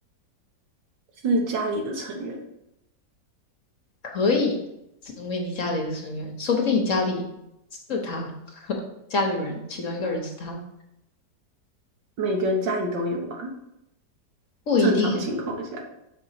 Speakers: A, on the right (about 85°); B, on the left (about 50°).
A: 是家里的成员，
B: 可以成为你家里的成员，说不定你家里是他，<laughs> 家里人其中一个人是他，
A: 每个人家里都有嘛。
B: 不一定诶，
A: 正常情况下，